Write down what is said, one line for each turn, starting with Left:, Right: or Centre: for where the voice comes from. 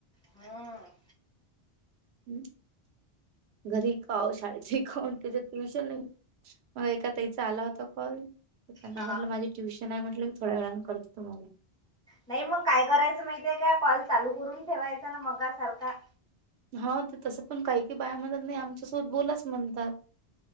Centre: हा.
Right: हम् घरी काव शाळेत शखव त ट्यूशन नाही. मग एका ताईचा आला होता कॉल. त्यांना
Centre: हा
Right: म्हटलं माझी ट्युशन आहे म्हट की थोड्या वेळाने करते तुम्हाला.
Centre: नाही मग काय करायचं माहिते का कॉल चालू करून ठेवायचा ना मग सारखा.
Right: ह ते तसं पण काही की बायामध्ये नाही आमच्यासोबत बोलाच म्हणतात.